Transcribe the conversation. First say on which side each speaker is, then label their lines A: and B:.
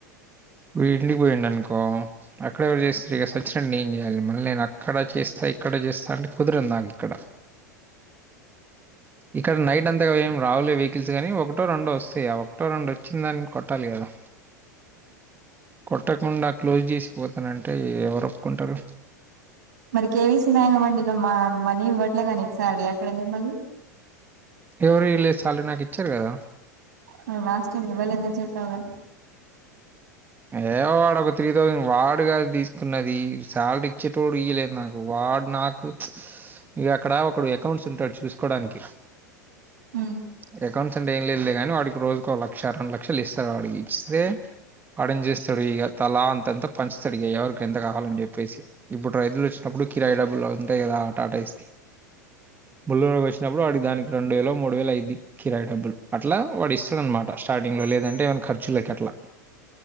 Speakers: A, on the right; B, on the right.
A: వి ఇడ్లీకి పోయిండనుకో అక్కడ ఎవరు చేస్తారు ఇగ సచ్చినట్టు నేన్ చేయాలి మళ్ళీ నేను అక్కడ చేస్తా ఇక్కడ చేస్తా అంటే కుదర నాకు ఇక్కడ ఇక్కడ నైట్ అంతగా ఏం రావలే వెహికల్స్ గానీ ఒకటో రెండో వస్తాయి ఇగ ఒకటో రెండు వచ్చింది దాని కొట్టాలి కదా కొట్టకుండా క్లోజ్ చేసిపోతానంటే ఎవరు ఒప్పుకుంటారు
B: మరి కేవీసీ మేంగమండి లో మా మనీ ఇవ్వట్లే గా నీకు సాలరీ అక్కడెందుకు పోయినవ్ మళ్ళీ
A: ఎవరు ఈ లేదు సాలరీ నాకు ఇచ్చారు కదా
B: నువు లాస్ట్ టైమ్ ఇవ్వలేదని చెప్పవ్ గా
A: ఏ వాడు ఒక త్రీ థౌసండ్ వాడు కాదు తీసుకున్నది శాలరీ ఇచ్చేటోడు ఇయలేదు నాకు వా వాడ్ నాకు ఇగ అక్కడా ఒకడు అకౌంట్స్ ఉంటాడు చూసుకోడానికి
B: మ్
A: వాడు అకౌంట్స్ అంటే ఏం లేదులే కాని వాడికి రోజుకో లక్ష రెండు లక్షలు ఇస్తారు వాడికి ఇస్తే ఆడం చేేస్తాడు ఇగ తలా అంతంతా పంచుతాడు ఇగ ఎవరికి ఎంత కావాలని చెప్పేసి ఇప్పుడు రైతులు వచ్చినప్పుడు కిరాయ డబ్బుల్ ఉంటాయ్ కద టాటాయిస్ ది బిలేరో వచ్చినప్పుడు వాడి దనికి రెండు వేలో మూడు వేలో అయిద్ది కిరాయి డబ్బులు అట్ల వాడి ఇస్తాడన్నమాట స్టార్టింగ్ లో లేదంటే ఏమైనా ఖర్చులకి అట్లా